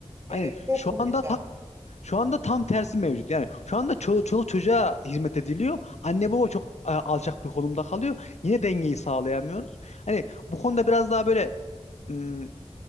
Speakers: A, on the right; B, on the left.
A: evet
B: Aynen.
A: çok
B: Şu
A: uçta.
B: anda ta- şu anda tam tersi mevcut. Yani şu anda çoluk, çoluk çocuğa hizmet ediliyor. Anne baba çok e, alçak bir konumda kalıyor. Yine dengeyi sağlayamıyoruz. Hani bu konuda biraz daha böyle ım,